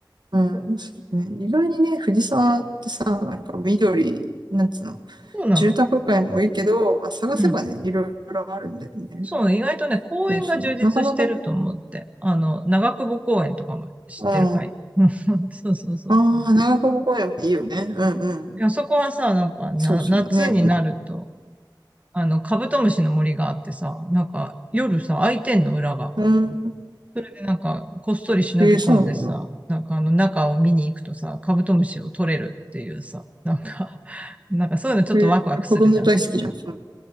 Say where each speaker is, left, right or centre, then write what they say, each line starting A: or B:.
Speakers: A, on the right; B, on the right.
A: うん、
B: そ
A: そうね。意外にね、藤沢ってさ、なんか緑、なんつうの、
B: うなの。
A: 住宅街も多いけど、まあ、探せばね、
B: うん。
A: いろいろあるんだよね。
B: そうね、意外とね、公園が充実してると思って。
A: そうそう。なかなかね、
B: あの、長久保公園とかも知ってるかい
A: うん。あ
B: <laughs> そうそうそう。
A: あ、長久保公園もいいよね。うんうん。
B: いや、そこはさ、なんかな、
A: そうそうね。
B: 夏になると、
A: な
B: あの、カブトムシの森があってさ、なんか、夜さ、開いてんの、裏が。
A: うん。
B: でなんか、こっそり忍び込んでさ、
A: えー、そうなんだ。
B: なんか、あの、中を見に行くとさ、カブトムシを取れるっていうさ、なんか <laughs> なんかそういうのちょっとワクワクするじゃん。
A: えー、子供大好きじゃん。そう。